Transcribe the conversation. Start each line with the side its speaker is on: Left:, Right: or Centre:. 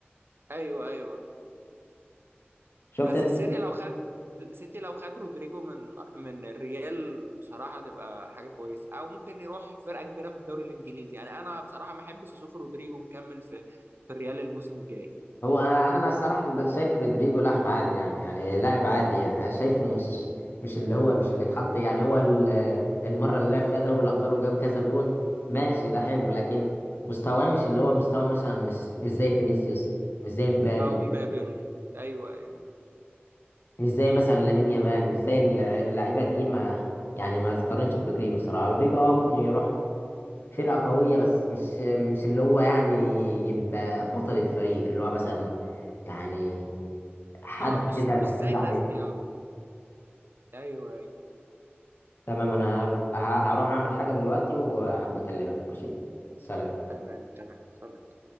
Right: ايوه ايوه
Left: شفت
Right: بس
Left: انت؟
Right: السيتي لو خد السيتي لو خد رودريجو من من الريال بصراحه تبقى حاجه كويسه او ممكن يروح فرقه كبيره في الدوري الانجليزي يعني انا بصراحه ما احبش اشوف رودريجو مكمل في في الريال الموسم الجاي
Left: هو انا أنا الصراحه شايف رودريجو لاعب عادي يعني يعني لاعب عادي يعني شايفه مش مش اللي هو مش اللي اتحط يعني هو ال- المره اللي لعب فيها دوري الابطال وجاب كذا جون ماشي ده حلو لكن مستواه مش اللي هو مستوى مثلا مش مش زي فينيسيوس مش زي مبابي
Right: او مبابي ايوه ايوه
Left: مش زي مثلا لامين يامال مش زي الل- اللعيبه دي ما يعني ما تقارنش برودريجو الصراحه رودريجو اه ممكن يروح فرقه قويه بس مش مش اللي هو يعني يبقى بطل الفريق اللي هو مثلا يعني حد
Right: اه مش
Left: كده تعتمد
Right: مش زي الناس
Left: عليه
Right: دي اه ايوه ايوه
Left: تمام انا ه- هروح اعمل حاجه دلوقتي وهبقى اكلمك ماشي سلام
Right: تمام تمام خلاص